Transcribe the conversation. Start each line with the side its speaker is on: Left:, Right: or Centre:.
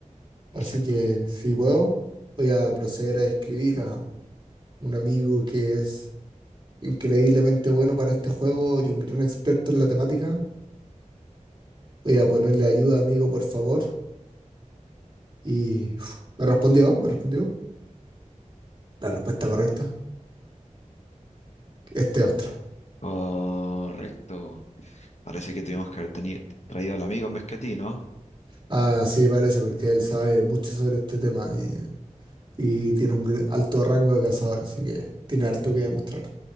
Right: Así
Left: Perfecto.
Right: que si puedo, voy a proceder a escribir a un amigo que es increíblemente bueno para este juego y un gran experto en la temática. Voy a ponerle ayuda, amigo, por favor. Y uf, me respondió, me respondió. La respuesta correcta, este otro.
Left: Correcto. Parece que tuvimos que haber teni- traído al amigo en vez que a ti, ¿no?
Right: Ah, sí, parece, porque él sabe mucho sobre este tema y, y tiene un gr- alto rango de cazador, así que tiene harto que demostrar.